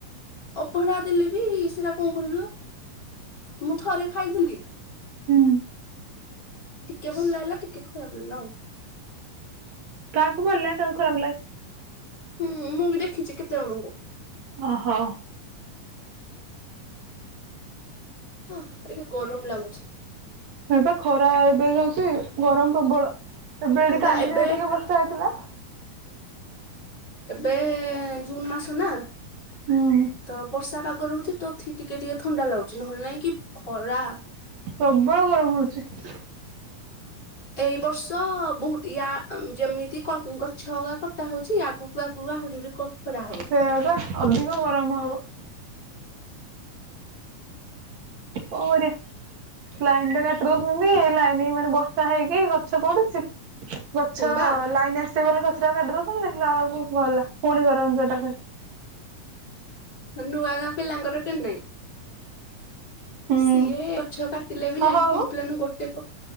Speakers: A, on the left (about 30°); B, on the right (about 55°).
A: ଅବଢା ଦେଲେ ବି ସେଇଟା କଣ କହିଲୁ ମୁଁ ଥରେ ଖାଇଥିଲି।
B: ହୁଁ।
A: ଟିକେ ଭଲ ହେଲା ଟିକେ ଖରାପ ଲାଗିଲା ଆଉ।
B: କାହାକୁ ଭଲଲାଟ ଖରାପ ଲାଗେ।
A: ହୁଁ ମୁଁ ବି ଦେଖିଛି କେତେ ଜଣଙ୍କୁ।
B: ଓହୋ।
A: ହଁ ଏ ଗରମ ଲାଗୁଛି।
B: ନା ବା ଖରା ଏବେ ହଉଛି ଗରମ ପ୍ରବଳ ଏବେ ଏଠି
A: ବା
B: କାଲି
A: ଏବେ
B: ଯାହା ଟିକେ ବର୍ଷା ହେଇଥିଲା।
A: ଏବେ ଜୁନ ମାସ ନା
B: ହୁଁ
A: ତ ବର୍ଷା ପାଗ ହଉଛି ତ ଥି ଟିକେ ଟିକେ ଥଣ୍ଡା ଲାଗୁଛି ନହେଲେ ନାଇଁ କି ଖରା।
B: ପ୍ରବଳ ଗରମ ହଉଛି।
A: ଏଇ ବର୍ଷ ବହୁତ ୟା ଯେମିତି ଗଛ ଅଗା କଟା ହଉଛି ଆଗକୁ ଆଗକୁ ଆହୁରି ବି ଖରା ହବ।
B: ସେ ବା ଅଧିକ ଗରମ ହେବ। କଣ କରିବା? ଲାଇନ ଟା କାଟବ ବୋଲି ଏଇ ଲାଇନ ମାନେ ବର୍ଷା ହେଇକି ଗଛ ପଡୁଛି। ଗଛ
A: ହଁ ବା
B: ଲାଇନ ଆସିବେ ବୋଲି ଗଛଟା କାଟି ଦଉଛନ୍ତିୁ ଦେଖିଲା ବେଳକୁ ଗଲା ପୁଣି ଗରମ ସେଟା।
A: ନୂଆ ଗାଁ ପିଲାଙ୍କର ଟେନ ନାଇଁ।
B: ହୁଁ
A: ସିଏ ଗଛ କାଟିଲେ ବି
B: ହ
A: ଯାଇକି
B: ହଉ
A: କମ୍ପିନ ଗୋଟେ କ